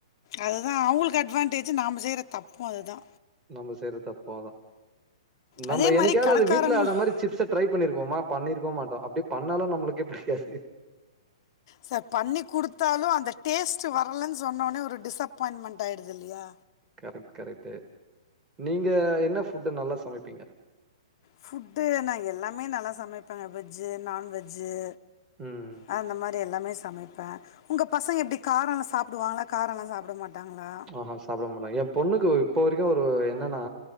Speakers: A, on the left (about 45°); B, on the right (about 20°).
A: அதுதா அவுங்குள்க்கு அட்வான்டேஜி நாம செய்ற தப்பு அதுதா
B: நம்ப செய்ற தப்பு அதா நம்ப
A: அதே
B: என்னிக்காது
A: மாதிரி கடைக்காரங்களும்
B: அத வீட்ல அதமர் சிப்ஸ் ட்ரை பண்ணிருக்கோமா பண்ணிருக்கோ மாட்டோ அப்டே பண்ணாலு நம்மளுக்கே புடிக்காது
A: சர் பண்ணி குடுத்தாலு அந்த டேஸ்ட்டு வரலன் சொன்னவொனே ஒரு டிஸப்பாயின்மண்ட் ஆயிடுதுல்யா
B: கரெக்ட் கரெக்டு நீங்க என்ன ஃபுட்டு நல்லா சமைப்பீங்க
A: ஃபுட்டு நா எல்லாமே நல்லா சமைப்பேங்க வெஜ்ஜு நான்வெஜ்ஜு
B: ம்
A: அ அந்த மாரி எல்லாமே சமைப்பே உங்க பசங்க எப்டி காரல்லா சாப்டுவாங்களா காரல்லா சாப்ட மாட்டாங்ளா
B: அ ஹ சாப்ட மாட்ட எ பொண்ணுக்கு இப்ப வரிக்கு ஒரு என்னனா